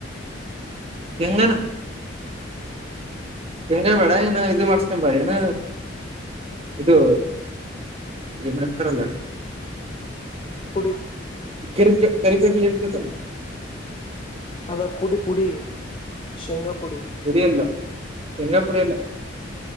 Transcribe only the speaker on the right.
ಎಂಗನ ಏನು ಬೇಡ ಏನ ಬೇಡ ಇನ ಇದು ಮಾಡಸ್ಕೊ ಬಾ ಏನ ಇದು ಏನಂತಾರಲ್ಲ
ಕರಿ ಕರಿಕೋತಿ ಏರಿ ಕೂತಾಳ
ಪುಡಿಲ್ಲ ಶೇಂಗಾ ಪುಡಿಲ್ಲ